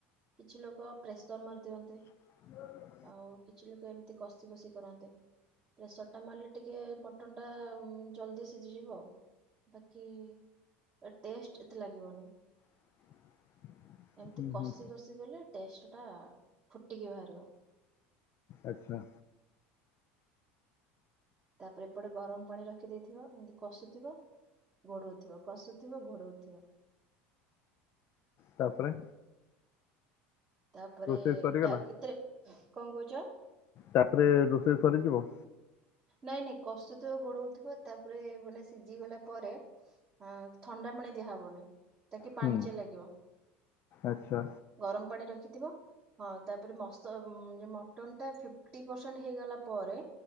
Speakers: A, on the right; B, on the left.
A: କିଛି ଲୋକ ପ୍ରେସର୍ ମାରି ଦିଅନ୍ତି।
B: <inaudible>
A: ଆଉ କିଛି ଲୋକ ଏମତି କଷି କଷି କରନ୍ତି। ପ୍ରେସର ଟା ମାରିଲେ ଟିକେ ମଟନ୍ ଟା ଉଁ, ଜଲଦି ସିଜିଯିବ। ବାକି ଏ ଟେଷ୍ଟ ଏତେ ଲାଗିବନି।
B: <inaudible>
A: ଏମିତି
B: ହୁଁ
A: କଷି
B: ହୁଁ
A: କଷି ଗଲେ ଟେଷ୍ଟ ଟା ଫୁଟିକି ବାହାରିବ।
B: ଆଚ୍ଛା।
A: ତାପରେ ଏପଟେ ଗରମ ପାଣି ରଖିଦେଇଥିବ। ଏମିତି କଷୁଥିବ ଗୋଡଉଥିବ। କଷୁଥିବ ଘୋଡଉଥିବ।
B: ତାପରେ।
A: ତାପରେ
B: ରୋଷେଇ ସରିଗଲା
A: ଡା ଏତେରେ ହଁ କଣ କହୁଚ?
B: ତାପରେ ରୋଷେଇ ସରିଯିବ?
A: ନାଇଁ ନାଇଁ କଷୁଥିବ ଘୋଡଉଥିବ। ତାପରେ ମାନେ ସିଜିଗଲା ପରେ ଆ, ଥଣ୍ଡା ପାଣି ଦିଆହବନି ତାକି ପାଣିଚିଆ
B: ହୁଁ
A: ଲାଗିବ।
B: ଆଚ୍ଛା
A: ଗରମ ପାଣି ରଖିଥିବ। ହଁ ତାପରେ ମସ ଯୋଉ ମଟନ୍ ଟା ଫିଫ୍ଟି ପରସେଣ୍ଟ ହେଇଗଲା ପରେ।